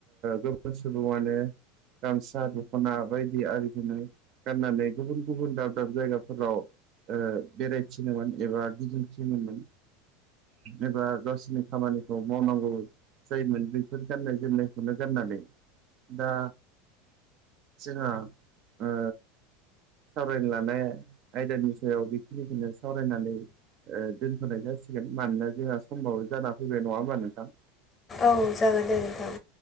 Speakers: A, on the right (about 40°); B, on the left (about 20°).
A: गोबां सुबुङानो गामसा दख'ना बायदि आरि गाननानै गुबुन गुबुन दाब दाब जायगाफोराव ओ बेरायथिङोनोमोन एबा गिदिं थिङोनोमोन। एबा गावसिनि खामानिखौ मावनांगौ जायोन बेफोर गाननाय जोमनायखौनो गाननानै दा जोंहा ओ सावरायनो लानाय आयदानि सायाव बेखिनिखौनो सावरायनानै दोनथ'नाय जासिगोन मानोना जोंहा समबाबो जाना फैबाय नङा होमबा नोंथां?
B: औ जागोन दे नोंथां